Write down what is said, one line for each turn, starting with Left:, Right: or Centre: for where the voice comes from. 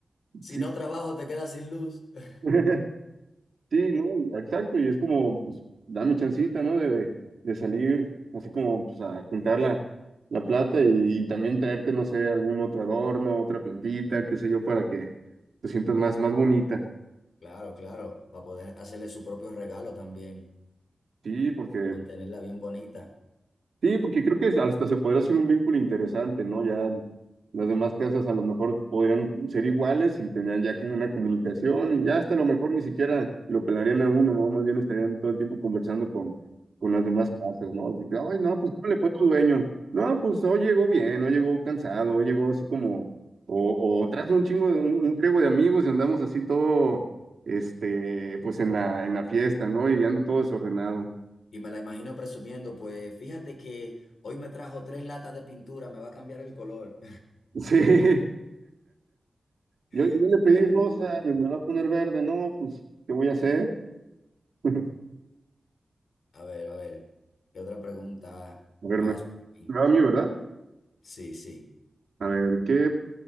Left: Si
Right: Sí.
Left: no trabajo, te quedas sin luz. <laughs>
Right: <laughs> Sí, no, exacto, y es como, pues, dame chancita, ¿no? De, de, de salir, así como, pues, a juntar la, la plata y, y también traerte, no sé, algún otro adorno, otra plantita, qué sé yo, para que te sientas más, más bonita.
Left: Claro, claro, para poder hacerle su propio regalo también,
Right: Sí, porque
Left: mantenerla bien bonita.
Right: Sí, porque creo que hasta se podría hacer un vínculo interesante, ¿no? Ya las demás casas a lo mejor podrían ser iguales y tendrían ya como una comunicación y ya hasta a lo mejor ni siquiera lo pelarían a uno, ¿no? Más bien estarían todo el tiempo conversando con, con las demás casas, ¿no? Así que, ay, no, pues ¿cómo le fue a tu dueño? No, pues hoy llegó bien, hoy llegó cansado, hoy llegó así como, o, o trajo un chingo, de- un, un friego de amigos y andamos así todo, este, pues en la, en la fiesta, ¿no? Y ando todo desordenado.
Left: Y me la imagino presumiendo, pues fíjate que hoy me trajo tres latas de pintura, me va a cambiar el color.
Right: <laughs> Sí. Yo, yo
Left: <laughs>
Right: le pedí
Left: Sería bien
Right: rosa,
Left: divertido.
Right: me va a poner verde, no, pues, ¿qué voy a hacer? <laughs>
Left: A ver, a ver, ¿qué otra pregunta
Right: A ver,
Left: traes
Right: me,
Left: para mí?
Right: me va a mí, ¿verdad?
Left: Sí, sí.
Right: A ver, ¿qué,